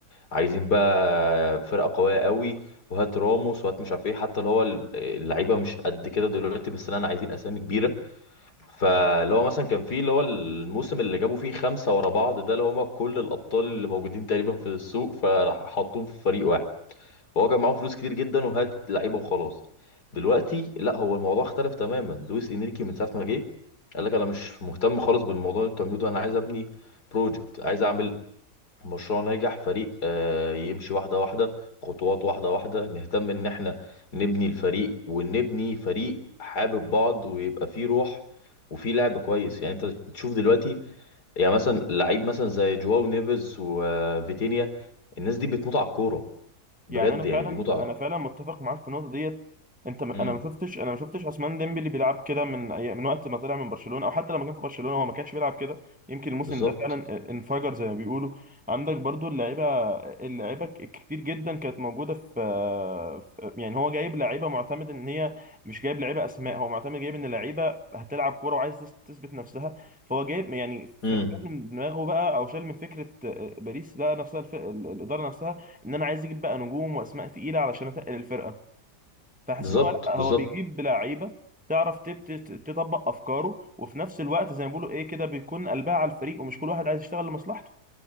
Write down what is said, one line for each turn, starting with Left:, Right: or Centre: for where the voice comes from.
Left: وعايزين بقى آه، فرقه قويه قوي وهات راموس وهات مش عارف ايه حتى اللي هو ال- اللعيبه مش قد كده دلوقتي بس انا عايزين اسامي كبيره فاللي هو مثلا كان فيه اللي هو الموسم اللي جابوا فيه خمسة ورا بعض ده اللي هما كل الأبطال اللي موجودين تقريبا في السوق فراح حطوهم في فريق واحد فهو كان معاهم فلوس كتير جدا وهات لعيبة وخلاص دلوقتي لا هو الموضوع اختلف تماما لويس إنريكي من ساعة ما جه قال لك أنا مش مهتم خالص بالموضوع اللي انتوا بتعملوه ده أنا عايز أبني بروجكت عايز أعمل مشروع ناجح فريق آه، يمشي واحدة واحدة خطوات واحدة واحدة نهتم ان احنا نبني الفريق ونبني فريق حابب بعض ويبقى فيه روح وفيه لعب كويس يعني انت تشوف دلوقتي يعني مثلا لعيب مثلا زي جواو نيفيز وفيتينيا الناس دي بتموت على الكورة بجد
Centre: يعني انا فعلا
Left: يعني بيموتوا على
Centre: انا فعلا متفق معاك في النقطه ديت انت م- انا
Left: امم
Centre: ما شفتش انا ما شفتش عثمان ديمبلي بيلعب كده من أي- من وقت ما طلع من برشلونه او حتى لما كان في برشلونه هو ما كانش بيلعب كده يمكن الموسم
Left: بالظبط
Centre: ده فعلا انفجر زي ما بيقولوا عندك برضو اللعيبه اللعيبه ك- كتير جدا كانت موجوده في في- يعني هو جايب لعيبه معتمد ان هي مش جايب لعيبه اسماء هو معتمد جايب ان لعيبه هتلعب كوره وعايز تث- تثبت نفسها فهو جايب يعني ف-
Left: امم
Centre: من دماغه بقى او شال من فكره باريس ده نفسها الف- الاداره نفسها ان انا عايز اجيب بقى نجوم واسماء تقيله علشان اتقل الفرقه فحاسس
Left: بالظبط
Centre: ان هو لا
Left: بالظبط
Centre: هو بيجيب لعيبه تعرف تت- تت- تطبق افكاره وفي نفس الوقت زي ما بيقولوا ايه كده بيكون قلبها على الفريق ومش كل واحد عايز يشتغل لمصلحته